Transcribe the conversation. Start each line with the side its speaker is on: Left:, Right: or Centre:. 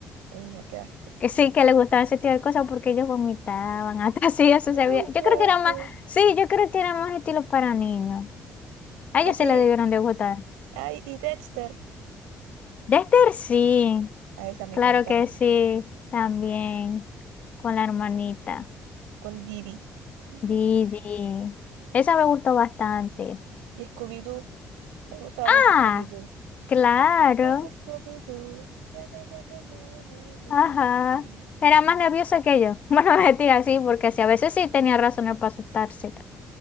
Right: Uy, no, qué asco.
Left: que sí que les gustaba ese tipo de cosas porque ellos vomitaban, <laughs> hasta así eso
Right: Uy,
Left: se veía. Yo
Right: qué
Left: creo
Right: asco.
Left: que era más, sí, yo creo que era más estilo para niños. A
Right: Así,
Left: ellos se les debieron de gustar.
Right: ay, y Dexter.
Left: Dexter sí,
Right: A esa me
Left: claro
Right: encantaba.
Left: que sí, también, con la hermanita.
Right: Con Didi. Ujú.
Left: Didi. Esa me gustó bastante.
Right: Y Scooby-Doo. A mí me gustaba
Left: ¡Ah!
Right: mucho Scooby-Doo.
Left: Claro,
Right: Pasa Scooby-Doo. Na, na, na, na, na, na, na,
Left: ajá.
Right: na. na.
Left: Era más nerviosa que yo. <laughs> Bueno, no, mentira, sí, porque sí, a veces sí tenía razones para asustarse.